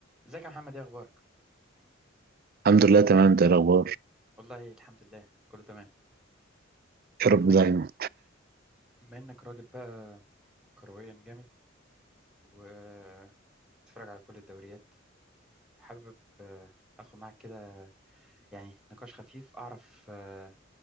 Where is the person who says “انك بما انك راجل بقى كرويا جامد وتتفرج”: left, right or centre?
Centre